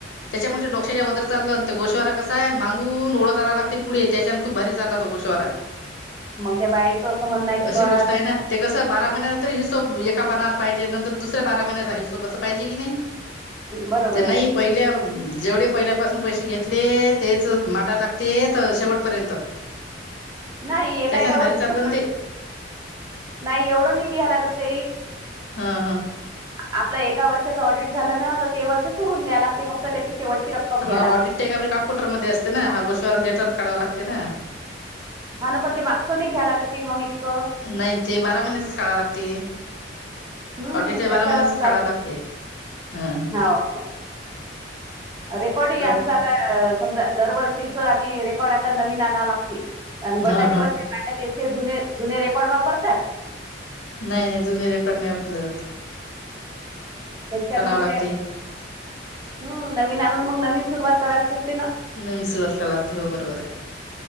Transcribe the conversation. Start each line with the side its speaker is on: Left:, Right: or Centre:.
Left: त्याच्यामुळे डोकश्याच्या वदर चाललं ना ते गोशवारा कसा आहे, मागून ओळ करायला लागते पुढे त्याच्या खूप भारी चालला होता कुशावर
Right: मग त्या बाईचं असं म्हणणं आहे कि
Left: अशी
Right: बा
Left: गोष्ट आहे ते कसं बारा महिनचा तरी हिशोब एका पानावर पाहिजे, नंतर दुसऱ्या बारा महिन्याचा हिशोब अस पाहिजे की नाही?
Right: बरोबर
Left: ते नाही.
Right: आहे.
Left: पहिल्या जेवढे पहिल्यापासून पैसे घेतले तेच मांडा लागते शेवटपर्यंत
Right: नाही
Left: त्याच्यान
Right: एका एका
Left: भारी
Right: वर्षात
Left: चाललं ना ते
Right: नाही एवढं नी लिहाय लागत काही.
Left: हा. हा.
Right: आपलं एका वर्षाचं ऑडिट झालं ना तर ते वर्ष सोडून द्याय लागते फक्त त्याची शेवटची रक्कम घ्या
Left: हा
Right: लागते.
Left: ऑडिट <unintelligible> कॉम्पुटरमध्ये असते ना, हा <unintelligible> काढावं लागते ना.
Right: हा ना पण ते मागचं नाही घ्या लागत काही मग इतकं.
Left: नाही ते बारा महिन्याचच काढावं लागते.
Right: हम्म
Left: ऑडिट च
Right: त्याच्यावरच
Left: बारा महिन्याच
Right: चाल
Left: खळावला लागते हम हम
Right: हो. हो. रेकॉर्ड ह आमच
Left: आहे.
Right: आता समजा दरवर्षीच आम्ही रेकॉर्ड आता नवीन आणा लागते. अन गटाचे
Left: हा हा
Right: <unintelligible> सारखा तेच ते जुने जुने रेकॉर्ड वापरतात.
Left: नाही नाही जुने रेकॉर्ड नाही वापलत आता.
Right: त्याच्यान मग
Left: लागते
Right: हम्म नवीन आणून मग नवीन सुरुवात कराल पुरते ना.
Left: नहमी सुरू कराय लागते हो बरोबर आहे.